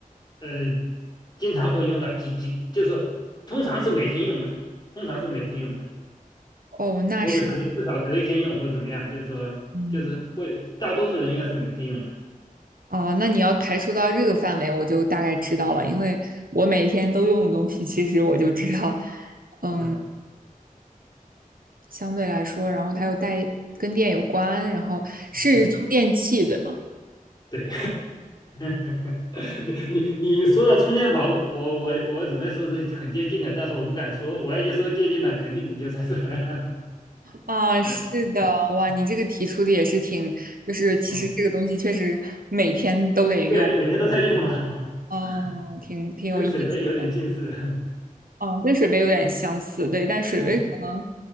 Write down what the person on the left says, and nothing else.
呃经常会用到几几，就说通常是每天用吧，通常是每天用吧。
或者隔至少隔一天用或者怎么样，就是说就是会大多数人应该是每天用吧。
嗯，
嗯，
对。<laughs> 你你你说的充电宝，我我我准备说是很接近的，但是我不敢说，我要一说接近了，肯定你就猜出来了。
<laughs>
嗯，对你每天都在用啊，
<laughs>
跟水杯有点近似。<laughs>
对